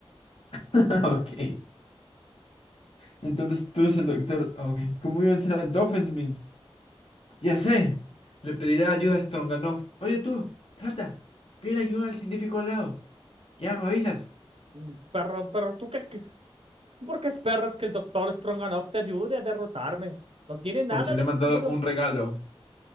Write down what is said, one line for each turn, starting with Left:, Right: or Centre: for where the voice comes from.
Left: <laughs> Ok. Entonces tú eres el doctor. Ah, Ok. ¿Cómo iban a ser a Doofenshmirtz? Ya sé. Le pediré ayuda a Stroganoff. Oye tú, rata, pide ayuda al científico al lado. Ya me avisas.
Right: Mm, Pero, pero tú qué, qué- ¿por qué esperas que el doctor Stronganoff te ayude a derrotarme? No tiene nada
Left: Porque le
Right: de
Left: he
Right: sentido.
Left: mandado un regalo.